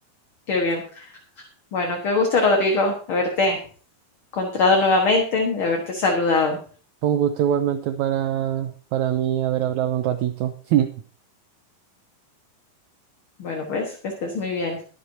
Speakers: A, on the left (about 50°); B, on the right (about 80°).
A: qué bien. Bueno, qué gusto, Rodrigo, haberte encontrado nuevamente, de haberte saludado.
B: Fue un gusto igualmente para, para mí haber hablado un ratito. <laughs>
A: Bueno, pues que estés muy bien.